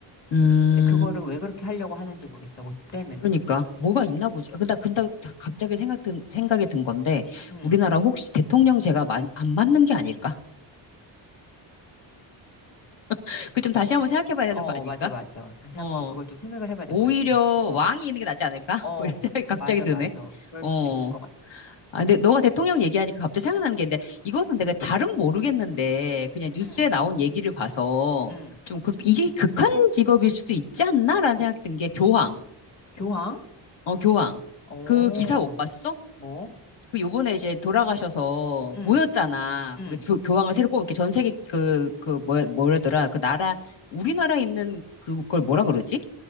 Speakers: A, on the left (about 70°); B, on the left (about 35°).
A: 음.
B: 근데 그거를 왜 그렇게 하려고 하는지 모르겠어. 뭐 때문에.
A: 그러니까 뭐가 있나 보지. 아, 근데 근데 갑자기 생각 든 생각이 든 건데
B: 응.
A: 우리나라 혹시 대통령제가 마- 안 맞는 게 아닐까? <laughs> 그 좀 다시 한번 생각해 봐야 되는
B: 어,
A: 거 아닐까?
B: 맞아, 맞아. 다시
A: 어.
B: 한번 그걸 좀 생각을 해봐야 될
A: 오히려
B: 것 같아. 어,
A: 왕이 있는 게 낫지 않을까?
B: 어,
A: <laughs> 뭐 이런 생각이 갑자기
B: 맞아,
A: 드네.
B: 맞아. 그럴
A: 어.
B: 수도 있을 것 같아.
A: 아, 근데 너가 대통령 얘기하니까 갑자기 생각나는 게 있는데 이거는 내가 잘은 모르겠는데 그냥 뉴스에
B: 응,
A: 나온 얘기를 봐서
B: 응.
A: 좀 극, 이게 극한 직업일 수도 있지 않나라는 생각이 든 게 교황.
B: 교황?
A: 어, 교황.
B: 오,
A: 그 기사 못 봤어?
B: 뭐?
A: 그 요번에 이제 돌아가셔서
B: 응,
A: 모였잖아.
B: 응.
A: 거기 교, 교황을 새로 뽑을 게 전 세계 그, 그, 뭐, 뭐라더라. 그 나라, 우리나라에 있는 그걸 뭐라 그러지?